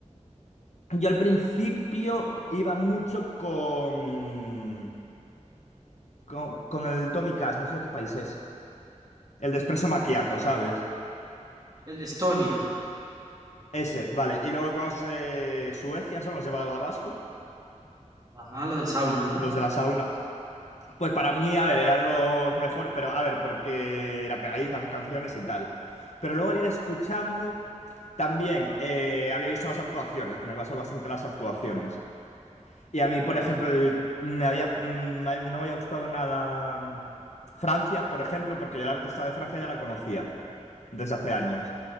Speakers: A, on the left (about 65°); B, on the right (about 30°).
A: Yo al principio iba mucho con, con, con el Tommy Cash, no sé de qué país es. El de Espresso Macchiato,
B: Sí.
A: ¿sabes?
B: El de Estonia.
A: Ese, vale. Y luego con los de Suecia, son los de Badabadabastu,
B: Ajá, lo del sauna, ¿no?
A: los de la sauna. Pues para mí, a ver, eran los mejores, pero a ver, porque eran pegadizas las canciones y tal. Pero luego al ir escuchando, también eh, había visto las actuaciones, que me basó bastante en las actuaciones. Y a mí, por
B: Ajá.
A: ejemplo, el- me había, mm, me- no me había gustado nada mm, Francia, por ejemplo, porque yo la artista de Francia ya la conocía desde hace años.